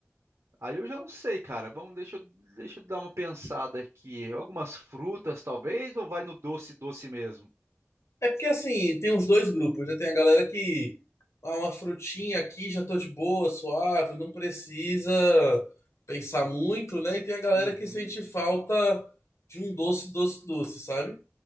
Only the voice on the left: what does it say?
É porque assim, tem uns dois grupos, já tem a galera que ah, uma frutinha aqui, já tô de boa, suave, não precisa pensar muito, né? E tem a galera
que sente falta de um doce, doce, doce, sabe?